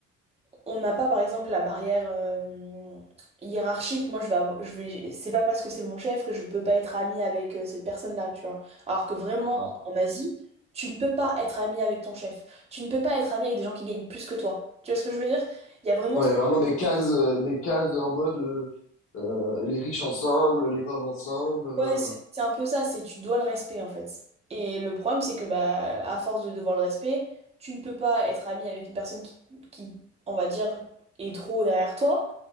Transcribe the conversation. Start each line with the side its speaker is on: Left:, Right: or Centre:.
Right: on n'a pas par exemple la barrière euh, hiérarchique. Moi, je vais, avo- je vais, c'est pas parce que c'est mon chef que je peux pas être amie avec euh, cette personne-là, tu vois. Alors que vraiment,
Left: D'accord.
Right: en Asie, tu ne peux pas être amie avec ton chef. Tu ne peux pas être amie avec des gens qui gagnent plus que toi. Tu vois ce que je veux dire? Il y a vraiment,
Left: Ouais,
Right: ce-
Left: il y a vraiment des cases, euh, des cases en mode euh, euh, les riches ensemble, les pauvres ensemble, voilà
Right: ouais,
Left: quoi.
Right: c'est c'est un peu ça. C'est tu dois le respect en fait. Et le problème, c'est que bah, à force de devoir le respect, tu ne peux pas être amie avec une personne qui, qui, on va dire, est trop derrière toi.